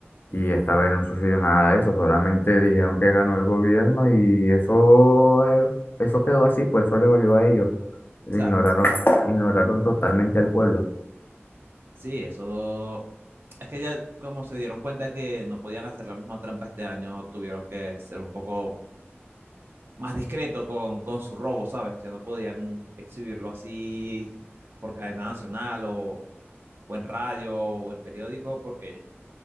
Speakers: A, on the left; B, on the right.
A: Y esta vez no sucedió nada de eso, solamente dijeron que ganó el gobierno y eso, eh, eso quedó así, pues eso le valió a ellos. Ignoraron,
B: Claro,
A: ignoraron totalmente al pueblo.
B: Sí, eso. Es que ya como se dieron cuenta que no podían hacer la misma trampa este año, tuvieron que ser un poco más discretos con, con su robo, ¿sabes? Ya no podían exhibirlo así por cadena nacional o, o en radio o en periódico porque